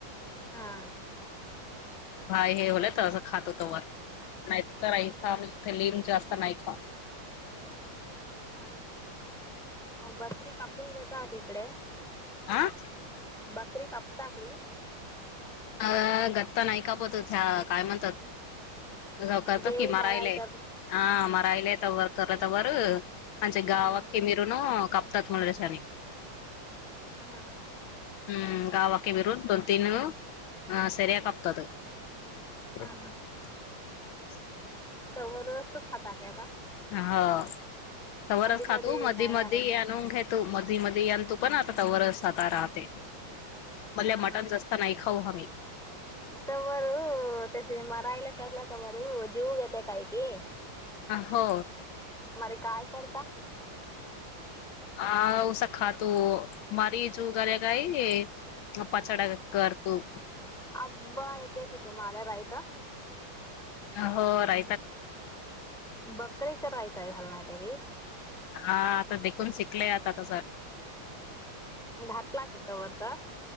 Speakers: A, in the centre; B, on the left.
A: हा.
B: भाय हे होलय तर असं खात होत. नाही तरई. सा लिम जास्त नाही का
A: अ ह बसरी कापून घेत तिकडे
B: आह
A: बकरी कपता ते.
B: अ गत्त नाहीय कापतो. काय म्हणतात करतो
A: देव
B: कि
A: माराय
B: मारयलाय
A: कर
B: हा मारयलाय त वर करलं त वर. म्हणे
A: हा
B: गावा कीरन क. सत म्हला दशनी.
A: हा
B: हम्म. गावाके मिरून दोन तीन. ह सरी कपतत.
A: हा
B: <inaudible>
A: तवर अस खातातता.
B: हो. तच खातो
A: मध्ये
B: मधी
A: नाही
B: मध्ये
A: आणवले
B: आणून घेतो मधी मध्ये आण तो. पण आता तवर सात राहते. मले
A: हा
B: मटन जास्त नाही. खाऊ हम्.
A: तमर तसे मरायला ठरला तमर जीव घेते काही की.
B: हो
A: मर काय करता.
B: आ उऊसा खाात मरी जो घला काय पचड कर तु.
A: अ्बा येतेय की तुम्हाला बाई तर.
B: हो रा
A: बकेच्या रायताय घालणार त्या की.
B: हा आता देखून शिकलय आता तस.
A: घातला कि कवर तर.